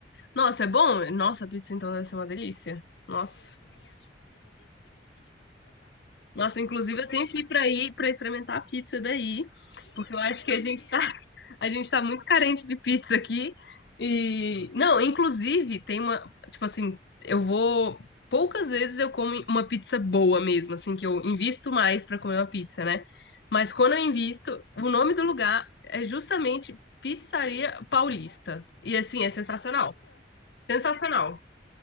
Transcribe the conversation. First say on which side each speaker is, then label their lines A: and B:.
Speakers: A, on the left (about 65°); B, on the left (about 85°).
A: Nossa, é bom? Nossa, a pizza então deve ser uma delícia. Nossa.
B: Eu também acho que qualquer dia desses eu vou pedir pra provar.
A: Nossa,
B: Inclusive,
A: inclusive
B: eu
A: eu tenho
B: acho
A: que
B: que.
A: ir pra aí pra experimentar a pizza daí,
B: Isso,
A: porque eu acho
B: venha,
A: que a gente
B: venha.
A: tá A gente tá muito carente de pizza aqui. E não, inclusive tem uma, tipo assim, eu vou poucas vezes eu como uma pizza boa mesmo, assim que eu invisto mais pra comer uma pizza, né? Mas quando
B: Uhum.
A: eu invisto, o nome do lugar é justamente Pizzaria Paulista. E assim, é sensacional.
B: Tá vendo? É,
A: Sensacional.
B: então.